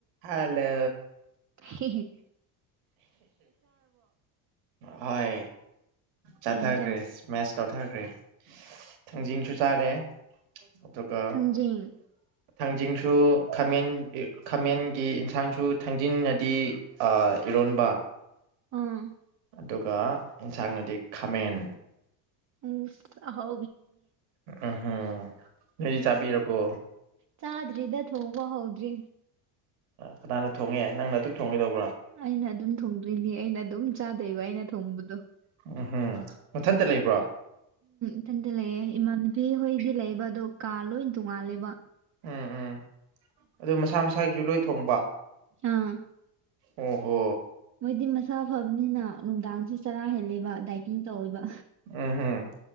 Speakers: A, on the right; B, on the right.
A: ꯍꯂ
B: ꯍꯤ ꯍ
A: ꯍꯣꯏ
B: ꯀꯩ
A: ꯆꯥꯊꯈ꯭ꯔꯦ
B: ꯏꯟꯖꯥꯡ
A: ꯃꯦꯁ ꯇꯧꯊꯈ꯭ꯔꯦ ꯊꯥꯡꯖꯤꯡꯁꯨ ꯆꯥꯔꯦ ꯑꯗꯨꯒ
B: ꯊꯝꯖꯦꯡ
A: ꯊꯥꯡꯖꯤꯡꯁꯨ ꯈꯥꯃꯦꯟ ꯈꯥꯃꯦꯟꯒꯤ ꯌꯦꯟꯁꯥꯡꯁꯨ ꯊꯥꯡꯖꯤꯤꯡꯅꯗꯤ ꯏꯔꯣꯟꯕ
B: ꯑꯥ
A: ꯑꯗꯨꯒ ꯑꯦꯟꯁꯥꯡꯅꯗꯤ ꯈꯥꯃꯦꯟ
B: ꯎꯝ ꯍ
A: ꯎꯝꯝ ꯅꯣꯏꯗꯤ ꯆꯥꯕꯤꯔꯕꯣ
B: ꯆꯥꯗ꯭ꯔꯤꯗ ꯊꯣꯡꯕ ꯍꯧꯗ꯭ꯔꯤ
A: ꯀꯅꯥꯅ ꯊꯣꯡꯉꯦ ꯅꯪ ꯅꯠꯇ꯭ꯔ ꯊꯣꯡꯒꯦꯗꯧꯕ
B: ꯑꯩꯅ ꯑꯗꯨꯝ ꯊꯣꯡꯗꯣꯏꯅꯤ ꯑꯩꯅ ꯑꯗꯨꯝ ꯆꯥꯗꯣꯏꯕ ꯑꯩꯅ ꯊꯣꯡꯕꯗꯣ
A: ꯎꯝꯝ ꯃꯊꯟꯇ ꯂꯩꯕ꯭ꯔꯣ
B: ꯏꯊꯟꯗꯤ ꯂꯩꯌꯦꯦ ꯏꯃꯥꯟꯅꯕꯤ ꯍꯣꯏꯗꯤ ꯂꯩꯕ ꯑꯗꯣ ꯀꯥ ꯂꯣꯏ ꯇꯣꯡꯉꯥꯜꯂꯦꯕ
A: ꯎꯝ ꯎꯝ ꯑꯗꯨ ꯃꯁꯥ ꯃꯁꯥꯒꯤꯁꯨ ꯂꯣꯏ ꯊꯣꯡꯕ
B: ꯑꯥ
A: ꯑꯣ ꯍꯣ
B: ꯃꯣꯏꯗꯤ ꯃꯁꯥ ꯐꯕꯅꯤꯅ ꯅꯨꯡꯗꯥꯡꯁꯦ ꯆꯔꯥ ꯍꯦꯂꯦꯕ ꯗꯥꯏꯀꯤꯡ ꯇꯧꯋꯦꯕ
A: ꯎꯝ ꯍꯝ